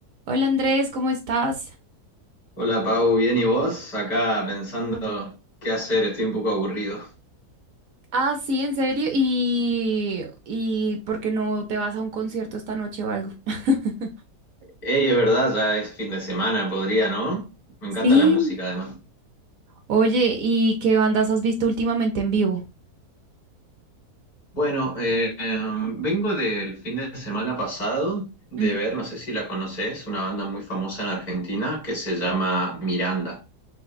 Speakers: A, on the right; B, on the left.
A: Hola Andrés, ¿cómo estás?
B: Hola Pau, ¿bien y vos? Acá pensando qué hacer, estoy un poco aburrido.
A: Ah, sí, en serio. ¿Y, y por qué no te vas a un concierto esta noche o algo? <laughs>
B: Ey, es verdad, ya es fin de semana, podría, ¿no? Me encanta
A: Sí.
B: la música además.
A: Oye, ¿y qué bandas has visto últimamente en vivo?
B: Bueno, eh, eh, vengo del fin de semana pasado de
A: Ujú.
B: ver, no sé si la conoces, una banda muy famosa en Argentina que se llama Miranda.